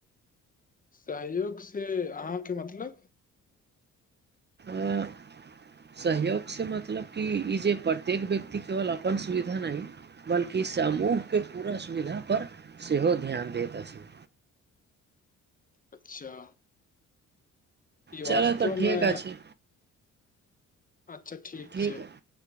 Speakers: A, on the left; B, on the right.
A: सहयोगसे अहाँके मतलब
B: एं सहयोगसे मतलब कि ई जे प्रत्येक व्यक्ति केवल अपन सुविधा नहि बल्कि समूहके पूरा सुविधा पर सेहो ध्यान दैत अछि
A: अच्छा ई
B: चला
A: वास्तवमे
B: त ठीक अछि
A: अच्छा
B: ठीक
A: छै